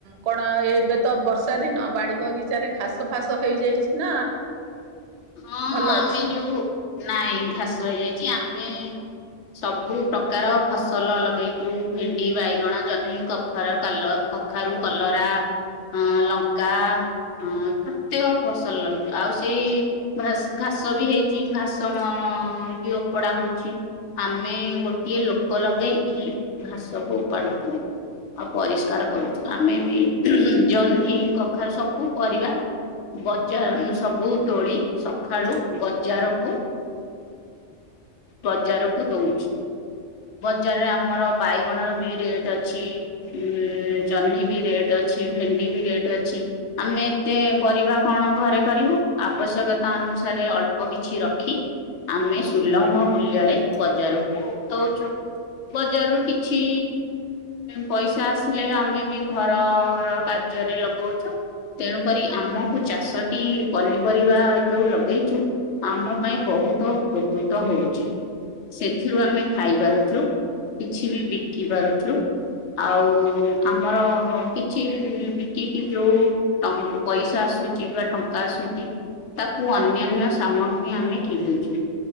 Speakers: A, on the right; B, on the left.
A: କଣ ଏବେ ତ ବର୍ଷା ଦିନ, ବାଡି ବଗିଚାରେ ଘାସ ଫାସ ହେଇଯାଇଛି ନା।
B: ହଁ
A: ଭଲ
B: ଆମେ
A: ଅଛି?
B: ଯୋଉ ନାଇଁ ଘାସ ହେଇଯାଇଛି ଆମେ ଏ <unintelligible> ସବୁ ପ୍ରକାର ଫସଲ ଲଗେଇଥିଲୁ। ଭେଣ୍ଡି, ବାଇଗଣ, ଜହ୍ନି, କଖାରୁ, କଲ କଖାରୁ କଲରା। ହଁ ଲଙ୍କା ହଁ ପ୍ରତ୍ୟେକ ଫସଲ ଲଗେଇଥିଲୁ। ଆଉ ସେଇ ଘାସ୍ ଘାସ ବି ହେଇଛି। ଘାସ ମ ବି ଓପଡା ହଉଛି। ଆମେ ଗୋଟିଏ ଲୋକ ଲଗେଇକି ଘାସକୁ ଉପାଡୁଛୁ। ଆଉ ପରିଷ୍କାର କରୁଛୁ ଆମେ ବି ଜହ୍ନି, କଖାରୁ ସବୁ ପରିବା। ବଜାର ମୁଁ ସବୁ ତୋଳି ସକାଳୁ ବଜାରକୁ ବଜାରକୁ ଦଉଛୁ। ବଜାରରେ ଆମର ବାଇଗଣର ବି ରେଟ୍ ଅଛି। ଉଁ ଜହ୍ନି ବି ରେଟ୍ ଅଛି। ଭେଣ୍ଡି ବି ରେଟ୍ ଅଛି। ଆମେ ଏତେ ପରିବା କଣ ଘରେ କରିବୁ ଆବଶ୍ୟକ ତା ଅନୁସାରେ ଅଳ୍ପ କିଛି ରଖି ଆମେ ସୁଲଭ ମୂଲ୍ୟରେ ବଜାରକୁ ଦଉଛୁ। ବଜାରରୁୁ କିଛି ପଇସା ଆସିଲେ ଆମେ ବି ଘରର କା ର୍ଯ୍ୟରେ ଲଗଉଛୁ। ତେଣୁକରି ଆମକୁ ଚାଷଟି ପନିପରିବା ଯୋଉ ଲଗେଇଛୁ ଆମ ପାଇଁ ବହୁତ ଉପକୃତ ହଉଛି। ସେଥିରୁ ଆମେ ଖାଇପାରୁଛୁ କିଛି ବି ବିକି ପାରୁଛୁ। ଆଉ ଆମର କିଛି ବିକିକି ଯୋଉ ଟ ପଇସା ଆସ ଆସୁଛି ବା ଟଙ୍କା ଆସୁଛି ତାକୁ ଅନ୍ୟାନ୍ୟ ସାମଗ୍ରୀ ଆମେ କିଣୁଛୁ।